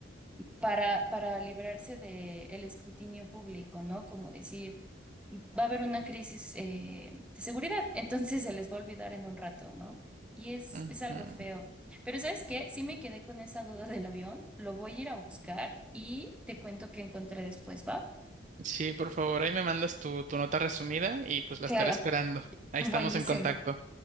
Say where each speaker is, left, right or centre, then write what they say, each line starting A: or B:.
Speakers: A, in the centre; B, on the right.
A: para, para librarse del escrutinio público, ¿no? Como decir, va a haber una crisis eh, de seguridad, <laughs> entonces se les va a olvidar en un rato, ¿no? Y es,
B: Ujú.
A: es algo feo. Pero ¿sabes qué? Sí me quedé con esa duda del avión, lo voy a ir a buscar y te cuento qué encontré después, ¿va?
B: Sí, por favor, ahí me mandas tu, tu nota resumida y pues la
A: Claro,
B: estaré esperando. Ahí
A: buenísimo.
B: estamos en contacto.